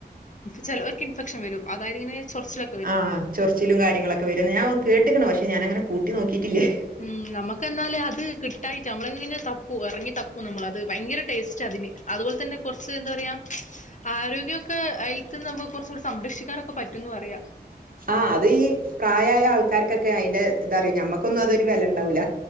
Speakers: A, on the left (about 45°); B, on the right (about 55°).
A: ചെലോർക്ക് ഇൻഫെക്ഷൻ വരും അതായത് ഇങ്ങനെ ചൊറച്ചിലൊ
B: ആഹ് ചൊറിച്ചിലും കാര്യങ്ങളൊക്കെ വരുന്ന് ഞാൻ കേട്ട്ക്ക്ണു പക്ഷെ ഞാനങ്ങനെ കൂട്ടി നോക്കിയിട്ടില്ലേ
A: ഉം നമുക്കകന്നാല് അത് കി തായിട്ട് നമ്മളങ്ങനെ തപ്പും ഇറങ്ങി തപ്പും നമ്മൾ അത് ഭയങ്കര ടേസ്റ്റ അതിന് അതുപോലെ തന്നെ കൊറച്ച് എന്താ പറയാ ആരോഗ്യക്കെ അതിൽത്ത് നമുക്ക് കുറച്ച് കൂടി സംരക്ഷിക്കാനൊക്കെ പറ്റുംന്ന് പറയാം
B: ആഹ് അത് ഈ പ്രായ ആയ ആൾക്കാർക്കൊക്കെ അയിന്റെ ഇതറിയു ഞമ്മക്കൊന്നും അതൊരു വിലണ്ടാവൂല